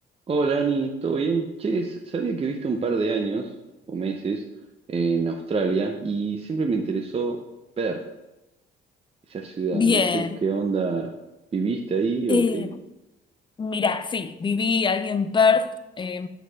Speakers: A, on the right (about 30°); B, on the left (about 25°).
A: Hola Ani, ¿todo bien? Che, s- sabía que viste un par de años o meses en Australia y siempre me interesó ver esa ciudad.
B: Bien.
A: No sé qué onda viviste ahí
B: Eh,
A: o qué.
B: mira, sí, viví ahí en Perth. Eh,